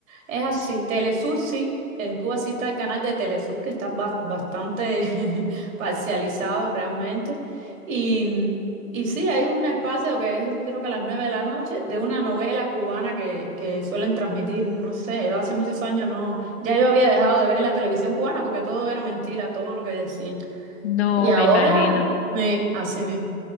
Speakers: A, on the right; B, on the left.
A: Es así, Telesur sí, en Cuba sí está el canal de Telesur, que está bas- bastante <laughs> parcializado realmente. Y, y sí, hay un espacio que es creo que a las nueve de la noche, de una novela cubana que, que suelen transmitir, no sé, yo hace muchos años no, ya yo había dejado de ver la televisión cubana porque todo era mentira, todo lo que decían.
B: No,
A: Y ahora,
B: me imagino.
A: sí, así mismo.